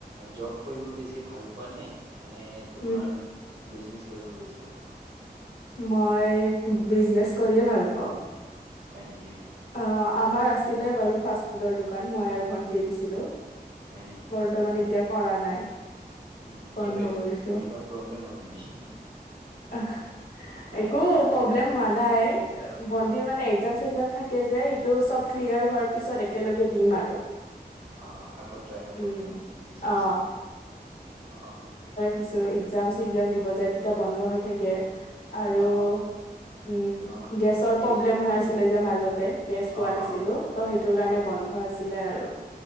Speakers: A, on the right; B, on the left.
A: জব কৰিব বেছি ভাল পোৱা নে? এনে তোমাৰ
B: উম
A: বিজনেছ কৰিব বেছি ভাল পোৱা?
B: মই বিজনেচ কৰিয়ে ভাল পাওঁ।
A: হয় নেকি?
B: অ' আমাৰ আছিলে বাৰু ফাষ্ট ফুডৰ দোকান মই আৰু ভন্টি দিছিলো।
A: হয়
B: বৰ্তমান এতিয়া কৰা নাই।
A: উম
B: বন্ধ
A: কিয় এৰিলে
B: কৰিছো
A: কিবা প্ৰব্লেম হ'ল নেকি
B: একো
A: হা?
B: প্ৰব্লেম হোৱা নাই। ভণ্টি
A: অ
B: মানে একজাম চেকজাম যে এইটো চব ক্লিয়াৰ হোৱাৰ পিছত একেলগে দিম আৰু।
A: অ', আকৌ ট্ৰাই কৰিবা
B: উম
A: মানে বিজনেচটো?
B: অ
A: অ'।
B: কিছু একজাম চেকজাম দিব যায়, তেতিয়া বন্ধ হৈ থাকে। আৰু
A: অ', অ',
B: উম,
A: অ',
B: গেছৰ
A: বি
B: প্ৰব্লেম হৈ আছিলে যে মাজত তে, গেছ পোৱা
A: অ',
B: নাছিলো,
A: অ',
B: ত' সেইটোৰ কাৰণে
A: অ',
B: বন্ধ আছিল ছিলে আৰু।